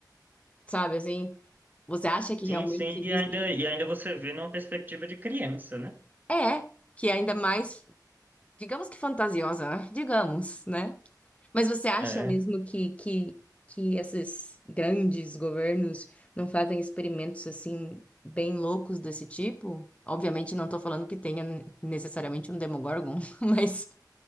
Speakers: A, on the left; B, on the right.
A: sabe, assim, você acha que realmente
B: Sim, sim,
A: existem?
B: e ainda, e ainda você vê numa perspectiva de criança, né?
A: É, que é ainda mais, digamos que fantasiosa, né? digamos, né? Mas você acha
B: É.
A: mesmo que, que, que esses grandes governos não fazem experimentos assim bem loucos desse tipo? Obviamente não estou falando que tenha necessariamente um Demogorgon, <laughs> mas